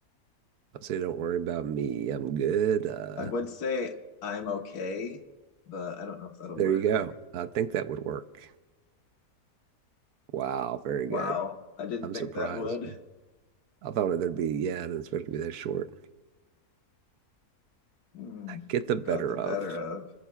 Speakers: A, on the right; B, on the left.
A: I'll say don't worry about me. I'm good. Uh,
B: I would say I'm okay, but I don't know if that'll
A: there
B: work.
A: you go.
B: Like,
A: I think that would work. Wow, very good.
B: wow, I didn't
A: I'm
B: think
A: surprised.
B: that would.
A: I thought there would be, yeah, I didn't expect it to be that short.
B: Mm,
A: Get the better
B: got the better
A: of.
B: of.